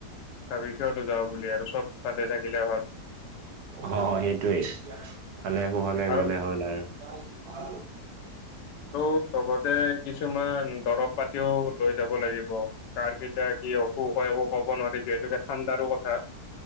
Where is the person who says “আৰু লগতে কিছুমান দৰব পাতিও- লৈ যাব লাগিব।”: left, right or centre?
Left